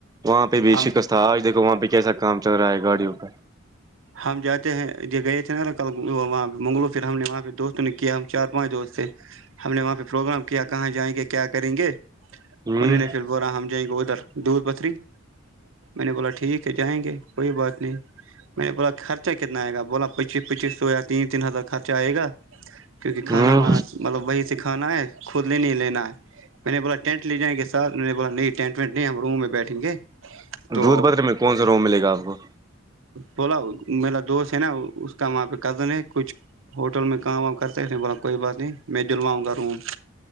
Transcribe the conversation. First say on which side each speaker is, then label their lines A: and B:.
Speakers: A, on the right (about 20°); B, on the right (about 75°).
A: وہاں پہ بھی
B: ہم
A: شکست تھا آج دیکو وہاں پہ کیا سکتے کام چل رہا ہے گاڑیپر
B: ہم جاتے ہیں یہ گئے تھے نا کل وہاںہ منگلو پھر ہم نے وہاںہ دوست تو نے کیا ہم چار پانچ دوست تھے ہم نے وہاں پہ پروگرام کیا کہاں جائیں گے کیا کریں گے
A: ہوں
B: انہوں نے پھر بورا ہم جائیں گے ادھر دودھ پتھری میں نے بولا ٹھیک ہے جائیں گے کوئی بات نہیں میں نے بلا خرچ کتنا آ گا بولا پچیس پچیس سو یا تین تین ہزار خرچہ آئے گا کیونکہ کھانا
A: ہوں
B: وانا مطلب وہی سے کھانا ہے خود لے نہیں لے نہیں میں نے بولا ٹینٹ لے جائیں گے ساتھ میں نے بولا نہیں ٹینٹ وینٹ نہیں ہم روم میں بیٹھیں گے تو
A: دودھ پتر میں کون سا روم ملے گا آپ کو
B: بولاؤ ملا دو سے ہے نا وہ اس کا وہاں پہ قدن ہے کچھ ہوٹل میں کام وم کرتے نہیں بولا کوئی بات نہیں میں جلواؤں گا روںوں